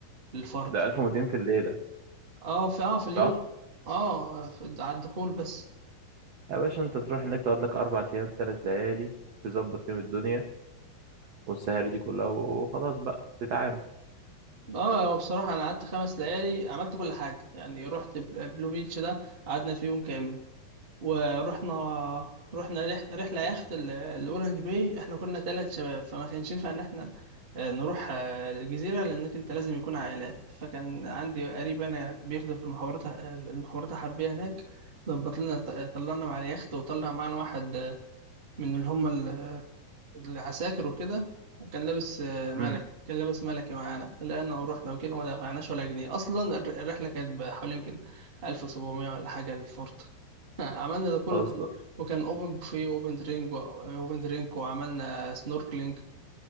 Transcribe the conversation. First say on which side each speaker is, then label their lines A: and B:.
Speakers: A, on the right (about 40°); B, on the right (about 75°).
A: للفرد
B: ده 1200 في الليله
A: اه في اه في اليوم
B: صح
A: اه في على الدخول بس
B: يا باشا انت تروح هناك تقعد لك اربع ايام ثلاث ليالي تظبط فيهم الدنيا والسهاري دي كلها وخلاص بقى تتعامل
A: اه هو بصراحة أنا قعدت خمس ليالي عملت كل حاجة يعني رحت بل- بلو بيتش ده قعدنا فيه يوم كامل ورحنا رحنا رح... رحلة يخت ال- الأورنج باي احنا كنا ثلاث شباب فما كانش ينفع إن احنا آه، نروح آه، الجزيرة لأنك أنت لازم يكون عائلات فكان عندي قريب أنا بيخدم في المخابرات آه، المخابرات الحربية هناك ظبط لنا ط- طلعنا مع اليخت وطلع معانا واحد آه، من اللي هم العساكر وكده وكان لابس آه، ملك
B: امم
A: كان لابس ملكي معانا طلعنا ورحنا وكده وما دفعناش ولا جنيه اصلا الر- الرحله كانت بحوالي يمكن 1700 ولا حاجه للفورت <laughs> عملنا ده كله
B: اصلا
A: كان وكان اوبن بوفيه واوبن درينك واوبن درينك وعملنا سنوركلينج